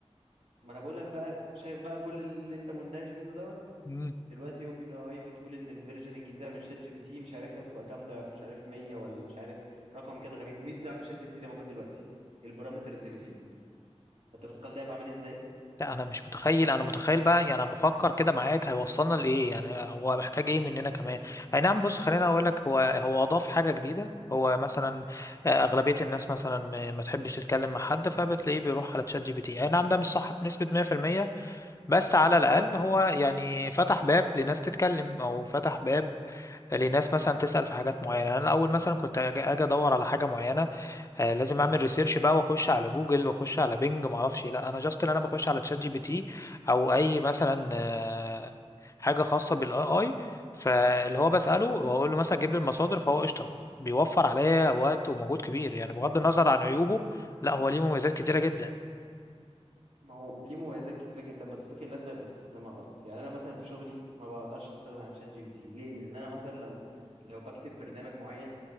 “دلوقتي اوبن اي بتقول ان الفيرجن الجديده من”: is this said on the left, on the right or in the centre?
Right